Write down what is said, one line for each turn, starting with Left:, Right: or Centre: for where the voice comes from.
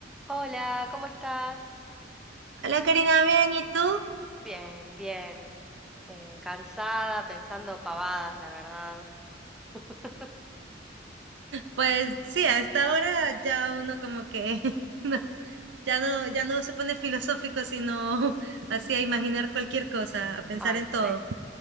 Centre: Hola, ¿cómo estás?
Right: Hola Karina, bien, ¿y tú?
Centre: Bien, bien. Eh, cansada, pensando pavadas, la verdad. <laughs>
Right: Pues sí, a esta hora ya uno como que <laughs> no, ya no, ya no se pone filosófico, sino <laughs> así a imaginar cualquier cosa, a pensar
Centre: Ay,
Right: en todo.
Centre: sí,